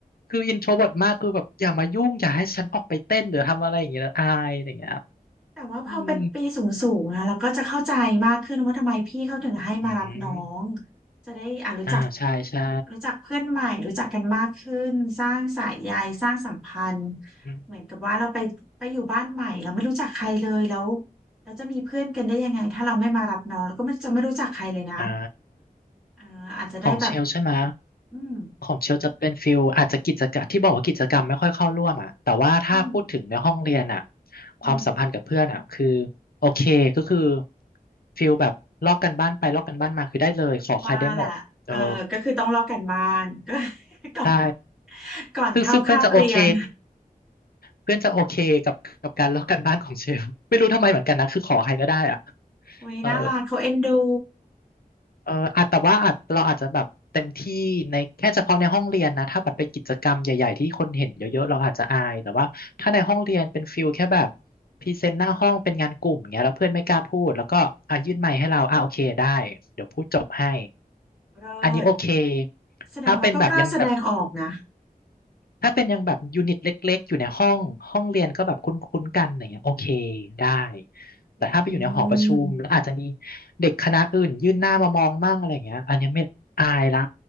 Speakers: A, on the left (about 80°); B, in the centre.
A: คืออินโทรเวิร์ตมากคือแบบอย่ามายุ่งอย่าให้ฉันออกไปเต้นหรือทำอะไรอย่างเงี้ยนะอายอะไรอย่างเงี้ย
B: แต่ว่าพอเป็นปีสูงสูงอะเราก็จะเข้าใจมากขึ้นว่าทำไมพี่เขาถึงให้มารับน้อง
A: อืมอืม
B: จะได้อ่ารู้จัก
A: อ่าใช่ใช่
B: รู้จักเพื่อนใหม่รู้จักกันมากขึ้นสร้างสายใยสร้างสัมพันธ์
A: อืม
B: เหมือนกับว่าเราไปไปอยู่บ้านใหม่เราไม่รู้จักใครเลยแล้วเราจะมีเพื่อนกันได้ยังไงถ้าเราไม่มารับน้องเราก็ไม่จะไม่รู้จักใครเลยนะ
A: อ่า
B: เอออาจจะได้แบบ
A: ของเชลใช่ไหม
B: อืม
A: ของเชลจะเป็นฟิลอาจจะกิจกรรมที่บอกว่ากิจกรรมไม่ค่อยเข้าร่วมอ่ะแต่ว่าถ้าพูดถึงในห้องเรียนอ่ะ
B: อืมอืม
A: ความสัมพันธ์กับเพื่อนอ่ะคือโอเคก็คือฟิลแบบลอกกันบ้านไปลอกกันบ้านมาคือได้เลยขอใครได้หมดเออ
B: ว่าแหละเออก็คือต้องลอกกันบ้านก็ <laughs> ก่อน
A: ใช่
B: ก่อนเข้าคาบเรียน
A: ซึ่งซึ่งเพื่อนจะโอเคเพื่อนจะโอเคกับกับการลอกกันบ้านของเชลไม่รู้ทำไมเหมือนกันนะคือขอใครก็ได้อ่ะ
B: อุ้ยน่ารักเขาเอ็นดู
A: เออ เอออาจแต่ว่าอาจเราอาจจะแบบเต็มที่ในแค่เฉพาะในห้องเรียนนะถ้าแบบไปกิจกรรมใหญ่ๆที่คนเห็นเยอะๆเราอาจจะอาย แต่ว่าถ้าในห้องเรียนเป็นฟิลแค่แบบพรีเซนต์หน้าห้องเป็นงานกลุ่มเงี้ยแล้วเพื่อนไม่กล้าพูดแล้วก็อ่ะยื่นไมค์ให้เราอ่ะโอเคได้เดี๋ยวพูดจบให้
B: เลิศ
A: อันนี้โอเค
B: แสดงว่าก็กล้าแสดงออกนะ
A: ถ้าเป็นแบบยังแบบ ถ้าเป็นยังแบบยูนิตเล็กๆอยู่ในห้องห้องเรียนก็แบบคุ้นๆกันอย่างเงี้ยโอเคได้แต่ถ้าไปอยู่ในหอประชุมแล้วอาจจะมี
B: อืม
A: เด็กคณะอื่นยื่นหน้ามามองมั่งอะไรอย่างเงี้ยอันเนี้ยไม่อายละ